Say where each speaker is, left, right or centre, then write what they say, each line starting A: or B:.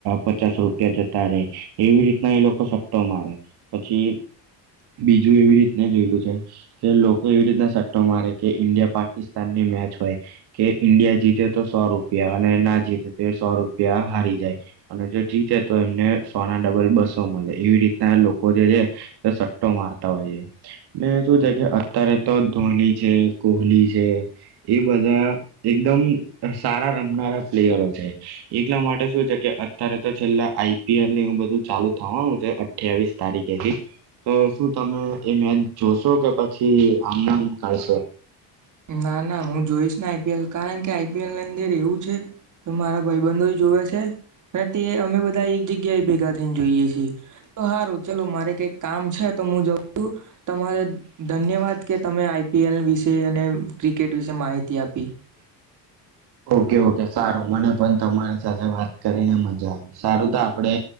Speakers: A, on the right; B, on the right.
A: પચાસ રૂપિયા જતા રે એવી રી ના એ લોકો સટ્ટો મારે પછી બીજું એવી રીતના જોયેલું છે કે લોકો એવી રીતના સટ્ટો મારે કે ઈન્ડિયા પાકિસ્તાનની મેચ હોય કે ઈન્ડિયા જીતે તો સો રૂ પિયા અને ના જીતે તો એ સો રૂપિયા હારી જાય અને જો જીતે તો એમને સોના ડબલ બસો તો મલે એવી રીતના લોકો જે છે તે સટ્ટો મારતા હોય છે. ને શું છે કે અત્યારે તો ધોની છે કોહલી છે એ બધા એકદમ સારા રમ નારા પ્લેયરો છે એટલા માટે શું છે કે અત્યારે તો છેલ્લા આઈ પી એલ ની બધું ચાલુ થાવાનું છે. અઠ્યાવીસ તારીખેથી તો શું તમે એ મેચ જોશો કે પછી આમને આમ કાઢશો?
B: ના ના હું જોઈશ ને આઈપીએલ કારણ કે આઈપીએલની અંદર એવું છે તો મારા ભાઈબંધો જોવે છે. અને તે અમે બધા એક જગ્યાએ ભેગા થઈને જોઈએ છીએ. તો હારુ ચલો મારે કંઈક કામ છે તો હું જઉ તમારે ધન્યવાદ કે તમે આઈ પી એલ વિશે અને ક્રી કેટ વિશે માહિતી આપી
A: ઓકે ઓકે સારું મને પણ તમારી સાથે વાત કરીને મજા આવી સારું તો આપડે